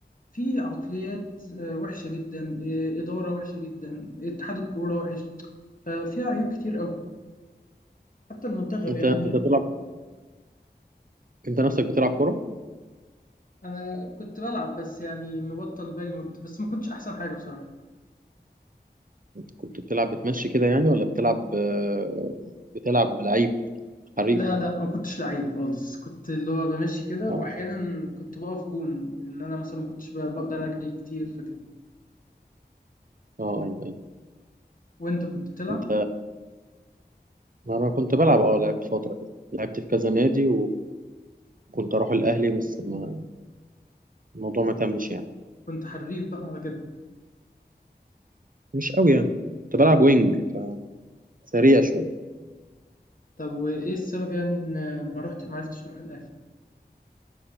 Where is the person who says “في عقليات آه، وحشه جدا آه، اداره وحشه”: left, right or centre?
Left